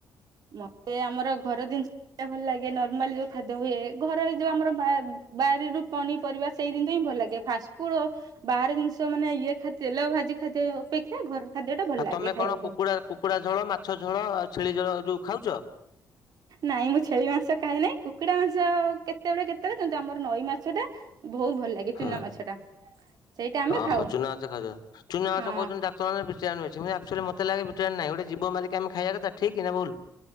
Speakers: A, on the right; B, on the left.
A: ମତେ ଆମର ଘର ଜିନିଷ ସେଇଟା ଭଲ ଲାଗେ ନର୍ମାଲି ଯୋଉ ଖାଦ୍ୟ ହୁଏ ଘରେ ଯୋଉ ଆମର ବାରିରୁ ପନିପରିବା ସେଇ ଦିନ ତ ହିଁ ଭଲ ଲାଗେ। ଫାଷ୍ଟ ଫୁଡ ବାହାର ଜିନିଷ ମାନେ ଇଏ ଖା ତେଲ ଭାଜି ଖାଦ୍ୟ ଅପେକ୍ଷା ଘର ଖାଦ୍ୟ ଟା ଭଲ
B: ଆଉ
A: ଲାଗେ
B: ତମେ
A: ଖାଇବାକୁ।
B: କଣ କୁକୁଡ଼ା କୁକୁଡ଼ା ଝୋଳ, ମାଛ ଝୋଳ, ଆଉ ଛେଳି ଝୋଳ ଯୋଉ ଖାଉଛ?
A: ନାଇଁ ମୁଁ ଛେଳି ମାଂସ ଖାଏ ନାହିଁ କୁକୁଡ଼ା ମାଂସ କେତେବେଳେ କେତେବେଳେ କିନ୍ତି ଆମର ନଈ ମାଛ ଟା ବହୁ ଭଲ ଲାଗେ। ଚୁନା
B: ହଁ
A: ମାଛ ଟା ସେଇଟା ଆମେ
B: ଓ
A: ଖାଉ
B: ହୋ ଚୁନା ଆଚ ଖାଉ ଚୁନା
A: ହଁ
B: ଆଚ କହୁଛନ୍ତି ମତେ ଲାଗେ ଭିଟାବିନ୍ ନାହି ଗୋଟେ ଜୀବକୁ ମାରିକି ଖାଇବାଟା ଠିକ୍ ନ ଭୁଲ୍।